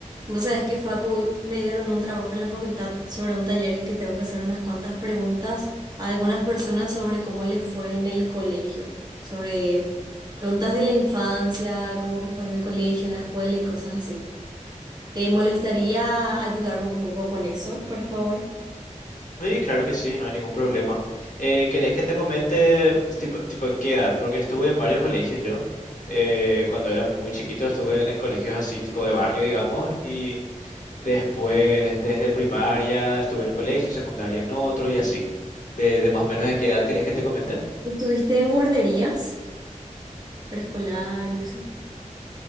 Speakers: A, on the right; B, on the left.
A: Vos sabés que Facu me dieron un trabajo en la facultad sobre un taller que tengo que hacer unas cuantas preguntas a algunas personas sobre cómo les fue en el colegio, sobre preguntas de la infancia, cómo que fue en el colegio, en la escuela y cosas así. ¿Te molestaría ayudarme un poco con eso, por favor?
B: Sí, claro que sí, no hay ningún problema. Eh, ¿querés que te comente tipo, tipo qué edad? Porque estuve en varios colegios yo. Eh, cuando era muy chiquito estuve en, en colegios así tipo de barrio, digamos, y después desde primaria estuve en un colegio, secundaria en otro y así. De, de más o menos de qué edad querés que te comente?
A: ¿Estuviste en guarderías preescolar y eso?